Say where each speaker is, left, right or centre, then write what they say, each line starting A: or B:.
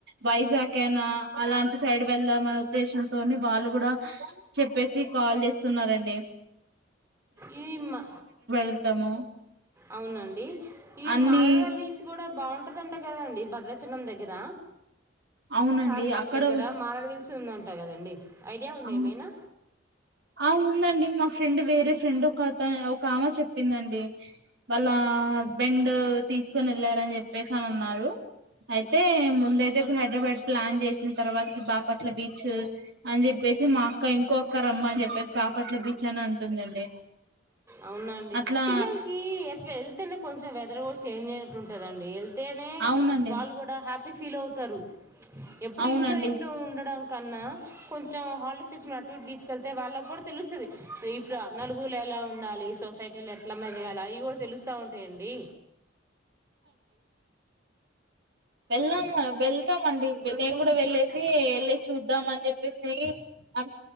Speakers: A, on the right (about 65°); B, on the right (about 15°).
A: వైజాకైనా అలాఅన్ సైడ్ వెళదాం అనే ఉద్దేశంతోని వాళ్ళు కూడా చెప్పేసి కాల్ చేస్తున్నరండి
B: ఇది మా
A: వెళ్తాము
B: అవునండి ఇ
A: అన్ని
B: మారవడిస్ కూడా బాగు ఉంటదంట కదండీ భద్రాచే చలం దగ్గర
A: అవునండి
B: సార్పాక్
A: అక్కడ
B: దగ్గర మార విల్స్ ఉందండి అంటా కదండి ఐడియా ఉంది
A: అ
B: ఏమైనా
A: ఆ ఉందండి మా ఫె ఫ్రెండ్ వేరే ఫ్రెండ్ ఒకత ఒక ఆమే చెప్పిందండి వాళ్ళ హస్బెండ్ తీసుకొని వెళ్ళారని చెప్పేసి అనన్నారు అయితే ముందయితే ఇప్పుడు హైదరాబాద్ ప్లాన్ చేసిన తర్వాత బాపట్ల బీచ్ అని చెప్పి చెప్పేసి మా అక్క ఇంకోఅక్క రమ్మని చెప్పేసి బాపట్ల బీచ్ అని అంటుందండి
B: అవునండి
A: అట్లా
B: పిల్లలకి ఎట్లా వెళ్తేనే కొంచెం వె నిద్ర ఓడ్ చేంజ్ అయినట్టు ఉంటదండి ఏళ్తేనే
A: అవునండి
B: వాళ్ళు కూడా హ్యాపీ ఫిలవ్తు తరు ఎప్పుడు
A: అవునండి
B: ఇంట్లో ఇంట్లో ఉండడానికి కన్నా కొంచెం హాలిడేస్ వచ్చినపుడు అటు ఇటు తీసుకెళ్తే వాళ్ళకి కూడా తెలుస్తుంది ఇప్పుడు నలుగురిలో ఎలా ఉండాలి ఉండాలి సొసైటీలో ఎట్లా మెదగాలి అవి కూడా తెలుస్తా ఉంటాయండి
A: వెళ్ళం వెళ్తామండి నేను కూడా వెళ్ళేసి వెళ్ళి చూద్దాం అని చెప్పేసి అంత